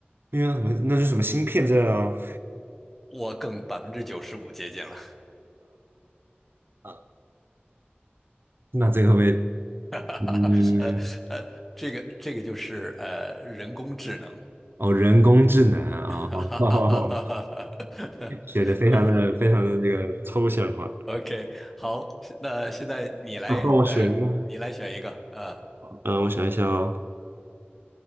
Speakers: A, on the right; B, in the centre.
A: 那为什么？那是什么芯片这？呃，
B: 我更百分之九十五接近了。
A: 呃那这个会不会
B: <laughs>
A: 嗯，
B: 呃呃，这个这个就是呃人工智能。
A: 哦，人工智能啊，
B: <laughs>
A: 哦，<laughs> 写的非常的非常的这个抽象化。
B: OK，好，那现在你来，
A: 那我选一个，
B: 呃，你来选一个啊。
A: 嗯，我想一下哦，